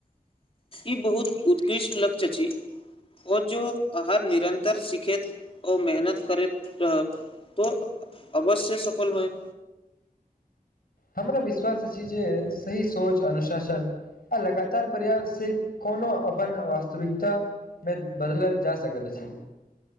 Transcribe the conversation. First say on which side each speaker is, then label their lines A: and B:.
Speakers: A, on the left; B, on the left.
A: ई बहुत उत्कृष्ट लक्ष्य छी। ओ जो अहाँ निरन्तर सिखैत ओ मेहनत करैत रहब, तो अ- अवश्य सफल होयब्।
B: हमरो विश्वास अछि जे, सही सोच अनुशासन, आ लगातार प्रयास से कोउनो अपन वास्तविकता- मे बदलल जा सकैत अछि।